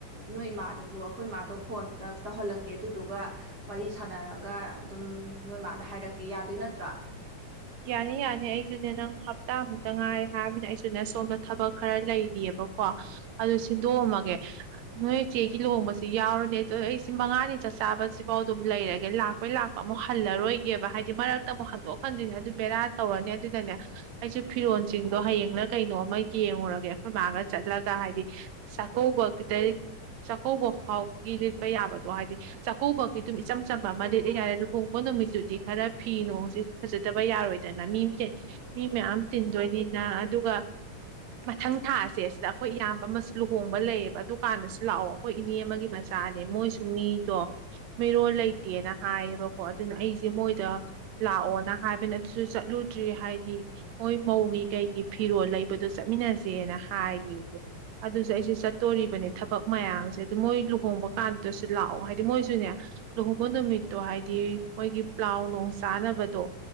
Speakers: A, on the right (about 35°); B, on the right (about 75°).
A: ꯅꯣꯏ ꯏꯃꯥꯗꯁꯨ ꯑꯩꯈꯣꯏ ꯏꯃꯥꯗꯣ ꯐꯣꯟ ꯇꯧꯍꯜꯂꯛꯀꯦ ꯑꯗꯨꯗꯨꯒ ꯋꯥꯔꯤ ꯁꯥꯟꯅꯔꯒ ꯑꯗꯨꯝ ꯅꯣꯏꯃꯥꯗ ꯍꯥꯏꯔꯛ ꯌꯥꯗꯣꯏ ꯅꯠꯇ꯭ꯔꯥ
B: ꯌꯥꯅꯤ ꯌꯥꯅꯤ ꯑꯩꯁꯨꯅꯦ ꯅꯪ ꯍꯞꯇꯥꯃꯨꯛꯇ ꯉꯥꯏꯔꯦ ꯍꯥꯏꯃꯤꯅ ꯑꯩꯁꯨꯅꯦ ꯁꯣꯝꯗ ꯊꯕꯛ ꯈꯔ ꯂꯩꯔꯤꯑꯕꯀꯣ ꯑꯗꯨ ꯁꯤꯟꯗꯣꯛꯑꯝꯃꯒꯦ ꯅꯣꯏ ꯆꯦꯒꯤ ꯂꯨꯍꯣꯡꯕꯁꯤ ꯌꯥꯎꯔꯅꯤ ꯑꯗꯨꯗꯣ ꯑꯩꯁꯤ ꯃꯉꯥꯅꯤ ꯆꯥꯛ ꯆꯥꯕꯁꯤꯐꯥꯎ ꯑꯗꯨꯝ ꯂꯩꯔꯒꯦ ꯂꯥꯛꯄꯩ ꯂꯥꯛꯄ ꯑꯃꯨꯛ ꯍꯜꯂꯔꯣꯏꯒꯦꯕ ꯍꯥꯏꯗꯤ ꯃꯔꯛꯇ ꯑꯃꯨꯛ ꯍꯟꯗꯣꯛ ꯍꯟꯖꯤꯟ ꯑꯗꯨ ꯕꯦꯔꯥ ꯇꯧꯔꯅꯤ ꯑꯗꯨꯅꯅꯦ ꯑꯩꯁꯨ ꯐꯤꯔꯣꯜꯁꯤꯡꯗꯣ ꯍꯌꯦꯡꯅ ꯀꯩꯅꯣ ꯑꯃ ꯌꯦꯡꯉꯨꯔꯒꯦ ꯑꯩꯈꯣꯏ ꯃꯥꯒ ꯆꯠꯂꯒ ꯍꯥꯏꯗꯤ ꯆꯥꯛꯀꯧꯕꯒꯤꯗ ꯆꯥꯛꯀꯧꯕ ꯐꯥꯎꯕꯒꯤ ꯂꯤꯠꯄ ꯌꯥꯕꯗꯣ ꯍꯥꯏꯗꯤ ꯆꯥꯛꯀꯧꯕꯒꯤ ꯑꯗꯨꯝ ꯏꯆꯝ ꯆꯝꯕ ꯑꯃ ꯂꯤꯠꯂ ꯌꯥꯔꯦ ꯂꯨꯍꯣꯡꯕ ꯅꯨꯃꯤꯠꯇꯨꯗꯤ ꯈꯔ ꯐꯤ ꯅꯨꯡꯁꯤ ꯐꯖ ꯗꯕ ꯌꯥꯔꯣꯏꯗꯅ ꯃꯤ ꯃꯤ ꯃꯌꯥꯝ ꯇꯤꯟꯗꯣꯏꯅꯤꯅ ꯑꯗꯨꯒ ꯃꯊꯪ ꯊꯥꯁꯦ ꯁꯤꯗ ꯑꯩꯈꯣꯏ ꯏꯌꯥꯝꯕ ꯑꯃꯁꯨ ꯂꯨꯍꯣꯡꯕ ꯂꯩꯌꯦꯕ ꯑꯗꯨꯀꯥꯟꯗꯁꯨ ꯂꯥꯛꯑꯣ ꯑꯩꯈꯣꯏ ꯏꯅꯦ ꯑꯃꯒꯤ ꯃꯆꯥꯅꯦ ꯃꯣꯏꯁꯨ ꯃꯤꯗꯣ ꯃꯤꯔꯣꯜ ꯂꯩꯇꯦꯅ ꯍꯥꯏꯌꯦꯕꯀꯣ ꯑꯗꯨꯅ ꯑꯩꯁꯦ ꯃꯣꯏꯗ ꯂꯥꯛꯑꯣꯅ ꯍꯥꯏꯕꯅꯤ ꯑꯗꯨꯁꯨ ꯆꯠꯂꯨꯗ꯭ꯔꯤ ꯍꯥꯏꯗꯤ ꯃꯣꯏ ꯃꯧꯒꯤ ꯀꯩꯒꯤ ꯐꯤꯔꯣꯜ ꯂꯩꯕꯗꯣ ꯆꯠꯃꯤꯟꯅꯁꯦꯅ ꯍꯥꯏꯌꯦ ꯑꯗꯨꯁꯨ ꯑꯩꯁꯦ ꯆꯠꯇꯣꯔꯤꯕꯅꯦ ꯊꯕꯛ ꯃꯌꯥꯝꯁꯦ ꯑꯗꯨ ꯃꯣꯏ ꯂꯨꯍꯣꯡꯕ ꯀꯥꯟꯗꯨꯗꯁꯨ ꯂꯥꯛꯑꯣ ꯍꯥꯏꯗꯤ ꯃꯣꯏꯁꯨꯅꯦ ꯂꯨꯍꯣꯡꯕ ꯅꯨꯃꯤꯠꯇꯣ ꯍꯥꯏꯗꯤ ꯃꯣꯏꯒꯤ ꯄ꯭ꯂꯥꯎ ꯅꯨꯡ ꯆꯥꯅꯕꯗꯣ